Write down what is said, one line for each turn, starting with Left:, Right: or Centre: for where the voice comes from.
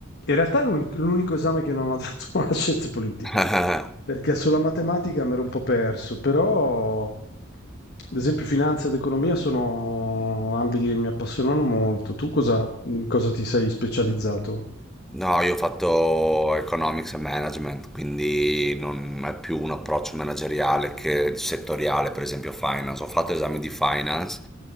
Left: in realtà è l'un- l'unico esame che non ho <laughs> dato a scienze politiche,
Centre: <laughs>
Left: perché sulla matematica mi ero un po' perso, però ad esempio finanza ed economia sono ambiti che mi appassionano molto. Tu cosa, in cosa ti sei specializzato?
Centre: No, io ho fatto economics e management, quindi non è più un approccio manageriale che settoriale, per esempio finance. Ho fatto esami di finance,